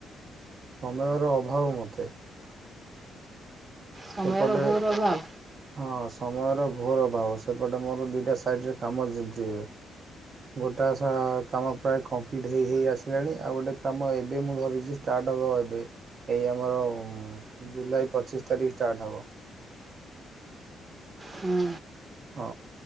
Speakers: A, on the right (about 55°); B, on the right (about 35°).
A: ସମୟର ଅଭାବ ମୋତେ।
B: ସମୟର
A: ଏପଟେ
B: ଘୋର ଅଭାବ
A: ହଁ ସମୟର ଘୋର୍ ଅଭାବ ସେପଟେ ମୋର ଦିଇଟା ସାଇଡ଼ରେ କାମ ଚାଲିଚି ଏବେ। ଗୋଟା ଶାହା କାମ ପ୍ରାୟ କମ୍ପ୍ଲିଟ୍ ହେଇ ହେଇ ଆସିଲାଣି ଆଉ ଗୋଟେ କାମ ଏବେ ମୁଁ ଧରିଛି। ଷ୍ଟାର୍ଟ ହବ ଏବେ ଏଇ ଆମର ଜୁଲାଇ ପଚିଶ ତାରିଖ ଷ୍ଟାର୍ଟ ହବ।
B: ହୁଁ।
A: ହଁ।